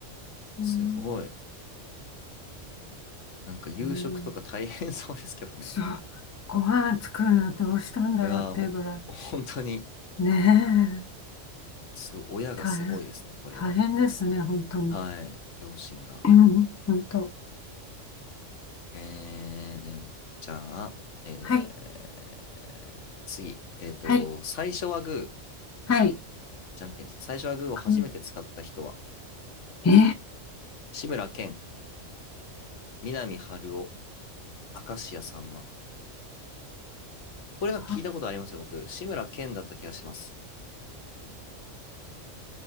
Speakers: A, on the left (about 20°); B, on the left (about 75°).
A: うん、
B: すごい。なんか夕食とか大変そうですけどね。
A: うん、そう。ご飯作るのどうしたんだろうっていうぐら
B: いやー、ほ、<laughs> 本当に、
A: い。ねえ、
B: すごい、親がすごいですね、
A: 大変、
B: これは。
A: 大変ですね、本当に。
B: はい、両親が。
A: うん本当。
B: えー、じゃあ、えー、
A: はい、
B: 次。えっと、
A: はい、
B: 最初はグー、
A: はい。
B: じゃんけんですね。最初はグーを初めて使った人は、
A: うんえ、
B: 志村けん、南春夫、明石家さんま。これなんか聞いたことありますよ、
A: あ
B: 僕。志村けんだった気がします。